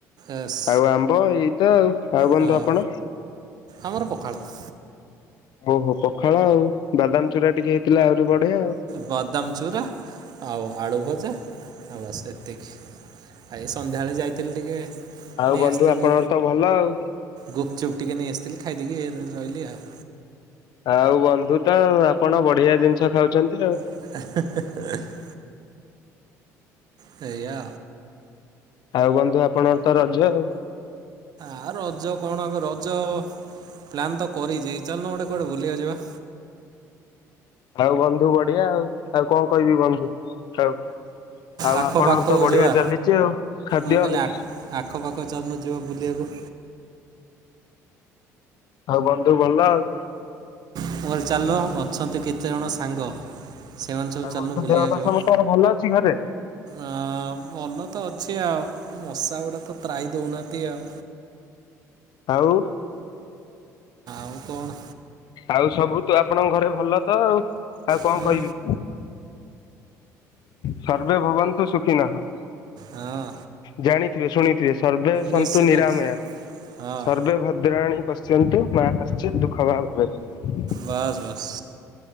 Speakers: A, on the right (about 50°); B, on the left (about 55°).
A: ଏସ୍
B: ଆଉ ଆମ୍ବ ଏଇତ ଆଉ ଆଉ ବନ୍ଧୁ
A: ହଁ
B: ଆପଣ।
A: ଆମର ପଖାଳ।
B: ଓହୋ ପଖାଳ ଆଉ ବାଦାମ ଚୁରା ଟିକେ ହେଇଥିଲା ଆହୁରି ବଢିଆ ଆଉ।
A: ବଦାମ ଚୁରା ଆଉ ଆଳୁ ଭଜା ଆଉ ବାସ୍ ଏତିକି। ଆ ଏଇ ସନ୍ଧ୍ୟାବେଳେ ଯାଇଥିଲି ଟିକେ।
B: ଆଉ
A: ନେଇ
B: ବନ୍ଧୁ
A: ଆସଥିଲି
B: ଆପଣଙ୍କର ତ ଭଲ ଆଉ
A: ଗୁପଚୁପ ଟିକେ ନେଇ ଆସିଥିଲି ଖାଇଦେଇକି ଏ ର ରହିଲି ଆଉ।
B: ଆଉ ବନ୍ଧୁ ତ ଆଉ ଆପଣ ବଢିଆ ଜିନିଷ ଖାଉଚନ୍ତି ଆଉ।
A: <inaudible> ସେଇଆ।
B: ଆଉ ବନ୍ଧୁ ଆପଣଙ୍କର ତ ରଜ ଆଉ।
A: ଆ ରଜ କଣ ଏବେ ରଜ ପ୍ଲାନ୍ ତ କରିଚି ଚାଲୁନ ଗୋଟେ କୁଆଡେ ବୁଲିିବାକୁ ଯିବା।
B: ଆଉ ବନ୍ଧୁ ବଢିଆ ଆଉ ଆଉ କଣ କହିବି ବନ୍ଧୁ ହୋଉ। ଆଉ
A: ଆଖପାଖକୁ
B: ଆପଣଙ୍କ ତ ବଢିଆ
A: ଯିବା।
B: ଚାଲିଚି ଆଉ ଖାଦ୍ୟ
A: ମୁଁ କହିଲି
B: ଆଉ।
A: ଆଖପାଖ ଚାଲୁନ ଯିବ ବୁଲିବାକୁ।
B: ଆଉ ବନ୍ଧୁ ଭଲ ଆଉ।
A: ମୁଁ କହିଲି ଚାଲ ଅଛନ୍ତି କେତେଜଣ ସାଙ୍ଗ। ସେମାନେ ସବୁ
B: ଆଉ
A: ଚାଲୁନ
B: ବନ୍ଧୁ
A: ବୁଲିିବା
B: ଦେହ ପା
A: ଯିବା।
B: ସମସ୍ତଙ୍କର ଭଲ ଅଛି ଘରେ
A: ଆ ଭଲତ ଅଛି ଆଉ ମଶାଗୁଡ଼ା ତ ତ୍ରାହି ଦୋଉନାହାନ୍ତି ଆଉ।
B: ଆଉ।
A: ଆଉ କଣ?
B: ଆଉ ସବୁ ତୁ ଆପଣଙ୍କ ଘରେ ଭଲ ତ ଆଉ, ଆଉ କଣ
A: ହୁଁ
B: କହିବି? ସର୍ବେ ଭବନ୍ତୁ ସୁଖିନଃ।
A: ହଁ।
B: ଜାଣିଥିବେ ଶୁଣିଥିବେ ସର୍ବେ ସନ୍ତୁ
A: ନିଶ୍ଚିତ
B: ନିରାମୟା
A: ହଁ
B: ସର୍ବେ ଭଦ୍ରାଣୀ ପଶ୍ୟନ୍ତୁ ମା କଶ୍ଚିତ୍ ଦୁଃଖ ବା ଭବେତ୍।
A: ବାସ୍ ବାସ୍